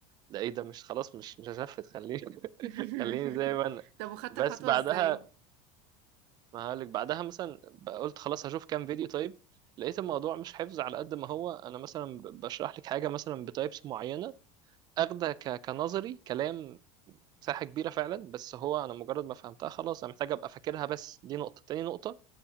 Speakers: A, on the right; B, on the right.
A: ده ايه ده مش خلاص مش مش هشفت خليني <laughs>
B: <laughs>
A: خليني زي ما انا
B: طب وخدت
A: بس
B: الخطوة
A: بعدها
B: ازاي
A: ما هقولك بعدها مثلا ب- قلت خلاص هشوف كام فيديو طيب لقيت الموضوع مش حفظ على قد ما هو انا مثلا ب- بشرح لك حاجه مثلا بتايبس معينه اخده ك- كنظري كلام مساحه كبيره فعلا بس هو انا مجرد ما فهمتها خلاص انا محتاج ابقى فاكرها بس دي نقطه تاني نقطه